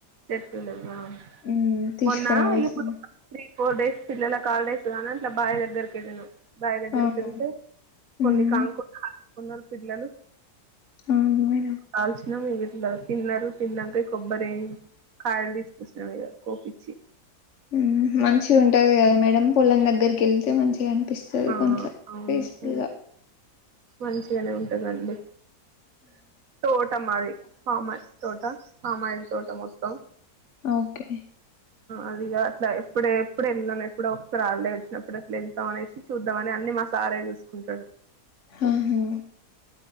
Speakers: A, on the right; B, on the left.
A: చెట్ లేవ్ ఆ
B: ఉమ్ తీసుకురావాల్సిందే
A: మొన్న ఇప్పుడ్ <inaudible> ఫోర్ డేస్ పిల్లాలకా ల్డేస్ కాను అట్లా బాయ్ దగ్గరికి వెళ్నామ్ బాయ్ దగ్గరికేళ్తే
B: అవునా
A: కొన్ని
B: ఉమ్
A: కాంకు ఉన్నారు పిల్లలు
B: అవును మేడం
A: కాల్చనామ్ ఇంగ ఇగ తిన్నారు తిన్నాంక కొబ్బరీ ఏ కాయల్ తీసుకొచ్చినగద కోపి చ్చి
B: ఉమ్ మంచి గ ఉంటది కదా మేడం పొలం దగ్గరికి వెళ్తే మంచిగానీ పిస్తది
A: ఆ
B: కొంచెం
A: అవును
B: పీ స్ఫుల్గా
A: మంచిగానే ఉంటుందండి తోట మాది ఫామస్ తో టా ఆమయిల్ తోట మొత్తం
B: ఓకే
A: అదిగా అట్లా ఎప్పుడ ఎప్పుడు వెళ్తాను ఎప్పుడో ఒకసారి హాల్ డే వచ్చినప్పుడు అట్లా వెళ్తాం అనేసి చూద్దామ అని అన్ని మా సారే చూసుకుంటాడు
B: ఆహా